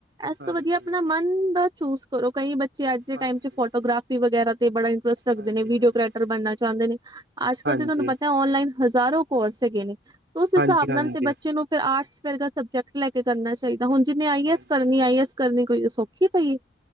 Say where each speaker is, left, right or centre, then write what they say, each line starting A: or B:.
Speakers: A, on the right; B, on the right.
A: ਇਸ
B: ਹਾਂਜੀ
A: ਤੋਂ ਵਧੀਆ ਆਪਣਾ ਮਨ ਦਾ ਚੂਜ ਕਰੋ ਕਈ ਬੱਚੇ ਅੱਜ ਦੇ
B: ਹਾਂਜੀ
A: ਟਮ ਫੋਟੋਗ੍ਰਾਫੀ ਵਗ਼ੈਰਾ ਬੜਾ ਇੰਟਰਸਟ ਰੱਖਦੇ
B: ਹਾਂਜੀ
A: ਨੇ ਵੀਡੀਓ
B: ਹਾਂਜੀ
A: ਕਰੈਕਟਰ ਬਣਨਾ ਚਾਹੁੰਦੇ ਨੇ। ਅੱਜ ਕੱਲ
B: ਹਾਂਜੀ
A: ਤੇ ਤੁਹਾਨੂੰ ਪਤਾ ਔਨਲਾਈਨ ਹਜ਼ਾਰੋ ਕੋਰਸ ਹੈਗੇ ਨੇ ਤੇ ਉਸ ਹਿਸਾਬ
B: ਹਾਂਜੀ ਹਾਂਜੀ
A: ਨਾਲ ਤੇ ਬੱਚੇ ਨੂੰ ਫਿਰ ਆਰਟਸ ਵੇਗਾ ਸਬਜੈਕਟ ਲੈ ਕੇ ਕਰਨਾ ਚਾਹੀਦਾ ਹੁਣ ਜਿਨੇ ਆਈ
B: ਹਾਂਜੀ
A: ਐਸ ਕਰਨੀ ਆਈ ਐਸ ਕਰਨੀ ਕੋਈ ਸੌਖੀ ਪਈ।